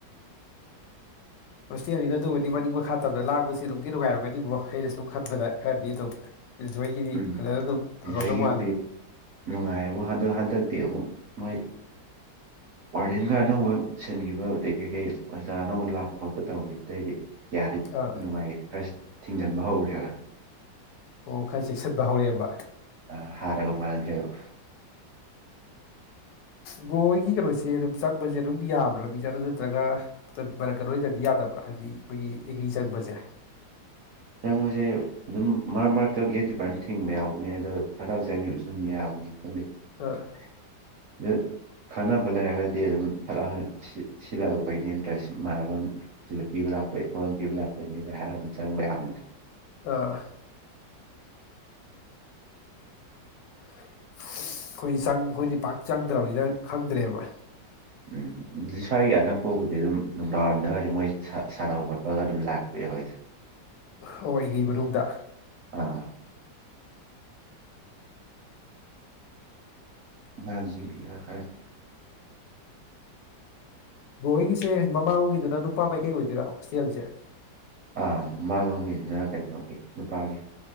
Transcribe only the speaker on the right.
ꯎꯝ
ꯏꯟꯖꯣꯏꯒꯤꯕꯨꯗꯤ
ꯅꯨꯡꯉꯥꯏꯕꯨ ꯑꯟꯗꯨ ꯍꯟꯗꯛꯇꯤ ꯑꯃꯨꯛ ꯃꯣꯏ ꯋꯥꯔꯗꯦꯟꯒ ꯑꯅꯧꯕ ꯁꯤꯟꯈꯤꯕ ꯑꯗꯩ ꯀꯩ ꯀꯩ ꯑꯣꯖꯥ ꯑꯅꯧꯕ ꯂꯥꯛꯄ ꯈꯣꯠꯄ ꯇꯧꯋꯤ ꯑꯇꯩꯗꯤ ꯀꯌꯥꯗꯤ
ꯅꯨꯡꯉꯥꯏꯒꯔꯦ ꯈꯔꯁ ꯊꯤꯡꯖꯤꯟꯕ ꯍꯧꯔꯦꯕ
ꯑꯥ ꯍꯥꯟꯅꯒ ꯃꯥꯟꯅꯗ꯭ꯔꯦꯕ
ꯆꯪꯕꯖꯦ ꯑꯗꯨꯝ ꯃꯔꯛ ꯃꯔꯛꯇ ꯒꯦꯠ ꯀꯤꯄꯔꯅ ꯊꯤꯡꯕ ꯌꯥꯎꯕꯅꯦ ꯑꯗꯣ ꯐꯠꯂꯥꯎ ꯆꯥꯒꯤꯕꯁꯨ ꯑꯗꯨꯝ ꯌꯥꯕꯅꯤ ꯈꯪꯗꯦ
<unintelligible> ꯈꯪꯅꯕ ꯂꯩꯔꯒꯗꯤ ꯑꯗꯨꯝ ꯐꯠꯂꯥꯎꯅ ꯁꯤꯜ ꯁꯤꯜꯂꯛꯂꯨꯕꯩꯅꯦ ꯏꯟꯇ꯭ꯔꯦꯁ ꯃꯥꯟꯅꯕꯝ ꯁꯤꯗ ꯄꯤꯕ ꯂꯥꯛꯄ ꯄꯣꯠꯑꯝ ꯄꯤꯕ ꯂꯥꯛꯄꯅꯤꯒ ꯍꯥꯏꯔꯒ ꯑꯗꯨꯝ ꯆꯪꯕ ꯌꯥꯕꯅꯤꯗ
ꯎꯝ ꯁ꯭ꯋꯥꯏꯒꯤ ꯑꯅꯛꯄꯕꯨꯗꯤ ꯑꯗꯨꯝ ꯅꯨꯡꯗꯥꯡꯔꯝꯗꯒꯗꯤ ꯃꯣꯏ ꯁꯥꯟꯅꯕ ꯈꯣꯠꯄꯒ ꯑꯗꯨꯝ ꯂꯥꯛꯄ ꯌꯥꯎꯋꯤꯗ
ꯑꯥ ꯉꯥꯡꯖꯤꯡ <unintelligible>
ꯑꯥ ꯃꯥꯡꯂꯣꯝꯒꯤꯖꯤꯅ ꯀꯩꯅꯣꯒꯤ ꯅꯨꯄꯥꯒꯤ